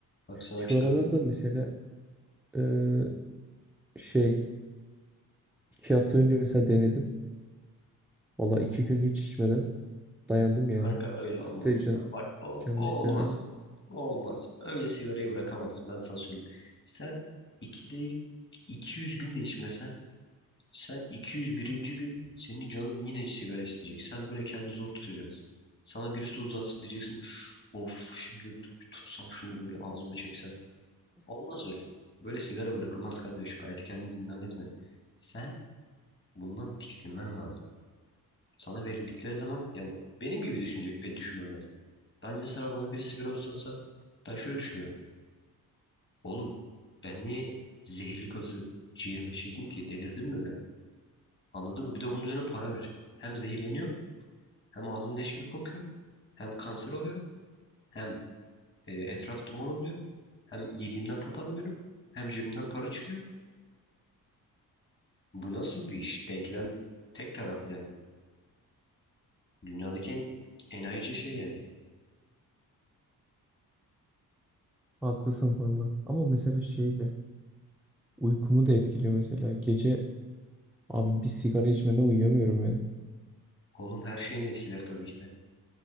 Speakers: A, on the left; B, in the centre.
A: Bak sen o
B: Şu
A: kitabı
B: aralarda mesela eee, şey iki hafta önce mesela denedim. Valla iki gün hiç içmeden dayandım yani.
A: kanka öyle olmaz.
B: Hiç de can,
A: Bak o,
B: canım
A: o
B: istemedi.
A: olmaz. O olmaz. Öyle sigarayı bırakamazsın ben sana söyleyeyim. Sen iki değil 200 gün de içmesen sen iki yüz birinci gün senin canın yine sigara isteyecek. Sen böyle kendini zor tutacaksın. Sana birisi uzatsa diyeceksin of şimdi tut- tutsam şunu böyle ağzıma çeksem. Olmaz öyle. Böyle sigara bırakılmaz kardeş. Hayatı kendini zindan etme. Sen Bundan tiksinmen lazım. Sana verildikleri zaman yani benim gibi düşünecek ve düşünmen lazım. Ben mesela bana biri sigara uzatsa ben şöyle düşünüyorum. Oğlum ben niye zehirli gazı ciğerime çekeyim ki? Delirdim mi ben? Anladın mı? Bir de bunun üzerine para vereceğim. Hem zehirleniyorum hem ağzım leş gibi kokuyor. Hem kanser oluyorum hem e, etraf duman oluyor. Hem yediğimden tat almıyorum. Hem cebimden para çıkıyor. Bu nasıl bir iş? Denklem tek taraflı yani. Dünyadaki en enayice şey yani.
B: Haklısın valla. Ama mesela şey de uykumu da etkiliyor mesela. Gece abi bir sigara içmeden uyuyamıyorum ya.
A: Oğlum her şeyin etkiler tabii ki de.